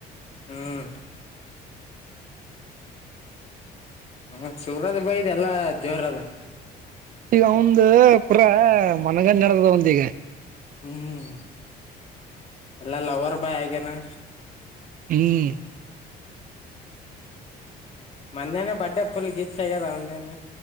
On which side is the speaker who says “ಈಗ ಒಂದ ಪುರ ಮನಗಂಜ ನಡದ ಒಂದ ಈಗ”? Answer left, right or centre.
Right